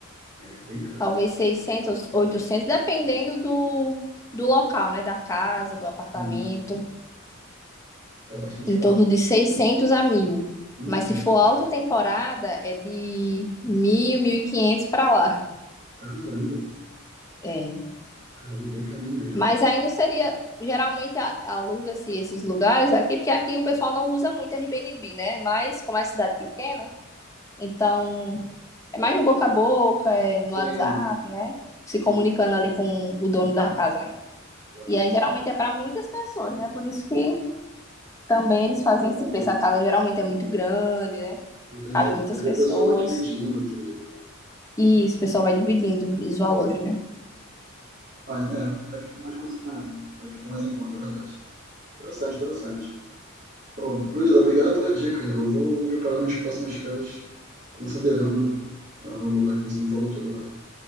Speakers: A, on the right (about 50°); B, on the left (about 15°).
A: É bem caro,
B: Talvez
A: né?
B: 600 800 dependendo do, do local, né? Da casa, do apartamento.
A: Hum, é bastante
B: Em
A: caro.
B: torno de 600 a mil.
A: Uhum.
B: Mas se for alta temporada, é de mil, 1.500 para lá.
A: Caramba,
B: É.
A: caramba, bem carinho mesmo.
B: Mas ainda seria. Geralmente a- aluga-se esses lugares aqui, porque aqui o pessoal não usa muito Airbnb, né? Mas como é cidade pequena, então É mais no boca a boca, é no
A: Tem,
B: WhatsApp, né? Se
A: sim,
B: comunicando ali com o dono da casa, né?
A: claro.
B: E aí geralmente é para muitas pessoas, né? Por isso que também eles fazem
A: Ah,
B: esse preço.
A: tem.
B: A casa geralmente é muito grande, né?
A: Entendi.
B: Cabe muitas
A: E aí
B: pessoas.
A: o pessoal vai dividindo, entendi, claro.
B: E isso, o pessoal vai dividindo os valores, né?
A: Ah, é, aí fica mais, cons- ah, aí fica mais em conta, é verdade. Interessante, interessante. Ô, Luísa, obrigado pela dica. Eu vou, vou preparar minhas próximas férias considerando ah, o lugar que você me falou todo agora.